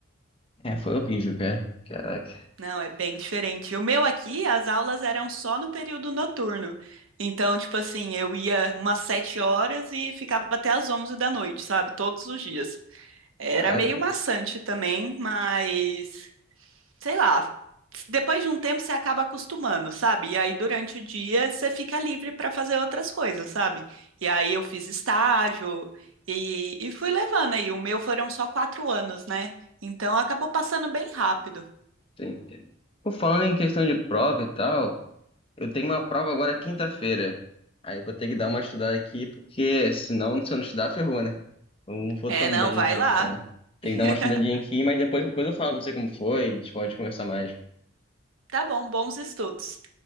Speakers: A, on the left; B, on the right.
A: É, foi horrível, cara. Caraca,
B: Não, é bem diferente. O meu aqui, as aulas eram só no período noturno. Então, tipo assim, eu ia umas sete horas e ficava até as onze da noite, sabe? Todos os dias. Era
A: caraca.
B: meio maçante também, mas sei lá, depois de um tempo você acaba acostumando, sabe? E aí durante o dia você fica livre para fazer outras coisas, sabe? E aí eu fiz estágio e, e fui levando aí. O meu foram só quatro anos, né? Então acabou passando bem rápido.
A: Sim. Pô, Falando em questão de prova e tal, Eu tenho uma prova agora quinta-feira. Aí eu vou ter que dar uma estudada aqui, porque senão, se eu não estudar, ferrou, né? Eu não vou
B: É,
A: tão
B: não,
A: bem
B: vai
A: assim,
B: lá.
A: então. Tem
B: <laughs>
A: que dar uma estudadinha aqui, mas depois qualquer coisa eu falo com você como foi, a gente pode conversar mais.
B: Tá bom, bons estudos.